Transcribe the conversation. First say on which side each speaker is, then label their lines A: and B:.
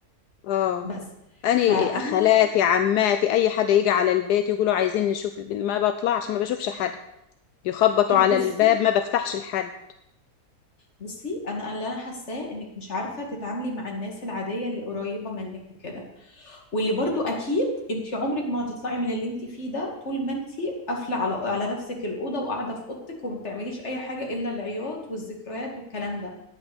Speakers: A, on the left; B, on the left.
A: اه
B: بس
A: اني
B: فانا
A: خالاتي عماتي اي حد يجي على البيت يقولوا عايزين نشوف البنت ما بطلعش ما بشوفش حد يخبطوا
B: طب
A: على
B: بصي
A: الباب ما بفتحش لحد
B: بصي انا اللي انا حاساه انك مش عارفه تتعاملي مع الناس العاديه اللي قريبه منك وكده واللي برضو اكيد انت عمرك ما هتطلعي من اللي انت فيه ده طول ما انت قافله على على نفسك الاوضه وقاعده في اوضتك وما بتعمليش اي حاجه الا العياط والذكريات والكلام ده